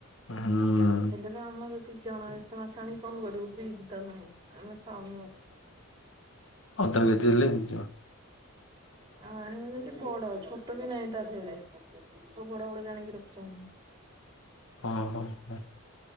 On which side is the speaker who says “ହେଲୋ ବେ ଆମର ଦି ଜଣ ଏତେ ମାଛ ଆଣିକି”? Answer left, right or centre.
Right